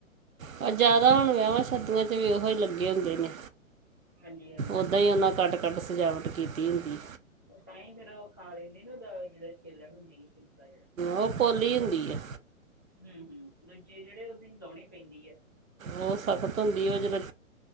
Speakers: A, on the right (about 70°); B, on the left (about 15°).
A: ਪਰ ਜ਼ਿਆਦਾ ਹੁਣ ਵਿਆਵਾਂ ਸਰਦੀਆਂ 'ਚ ਵੀ ਉਹੀ ਹੀ ਲੱਗੇ ਹੁੰਦੇ ਨੇ
B: ਹਾਂਜੀ ਹਾਂਜੀ
A: ਓਦਾਂ ਹੀ ਉਹਨਾਂ ਕੱਟ ਘੱਟ ਸਜਾਵਟ ਕੀਤੀ ਹੁੰਦੀ
B: ਉਹ ਤਾਂ ਹੀ ਉਹ ਖਾ ਲੈਂਦੇ ਨਾ ਉਹਦਾ ਜਿਹੜਾ ਖੇਲਣ ਹੁੰਦੀ ਹੈ ਛਿਲਕਾ ਜਿਹੜਾ
A: ਉਹ ਪੋਲੀ ਹੁੰਦੀ ਆ
B: ਹਮ-ਹਮ ਦੂਜੇ ਜਿਹੜੇ ਉਹਦੀ ਲਾਉਣੀ ਪੈਂਦੀ ਹੈ
A: ਉਹ ਸਖ਼ਤ ਹੁੰਦੀ ਉਹ ਜਦ